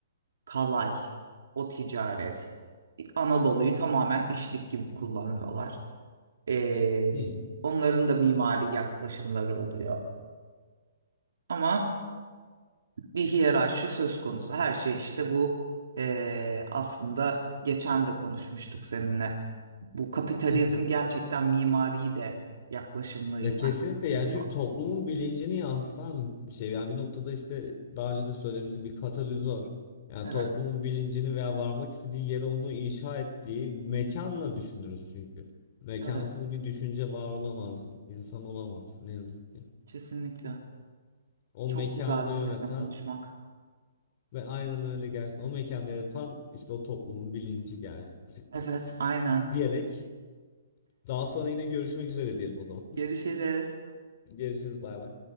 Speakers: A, on the right (about 75°); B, on the left (about 45°).
A: kalay, o ticaret. Anadolu'yu tamamen işlik gibi kullanıyorlar. Ee,
B: Hmm.
A: onların da mimari yaklaşımları oluyor. Ama bir hiyerarşi söz konusu. Her şey işte bu ee, aslında geçen de konuşmuştuk seninle. Bu kapitalizm
B: <laughs>
A: gerçekten mimari de yaklaşımlarıyla
B: Ya kesinlikle yani
A: gidiyor.
B: çünkü toplumun bilincini yansıtan bir şey. Yani bir noktada işte daha önce de söylemiştim bir katalizör. Yani
A: Evet.
B: toplumun bilincini veya varmak istediği yere onu inşa ettiği mekanla düşünürüz çünkü. Mekansız
A: Evet.
B: bir düşünce var olamaz, insan olamaz ne yazık ki.
A: Kesinlikle.
B: O
A: Çok
B: mekanı
A: güzeldi
B: da yöneten
A: seninle konuşmak.
B: ve aynen öyle gerçekten o mekanda yaratan işte o toplumun bilinci gerçekten.
A: Evet, aynen.
B: Diyerek daha sonra yine görüşmek üzere diyelim o zaman.
A: Görüşürüz.
B: <laughs> Görüşürüz bay bay.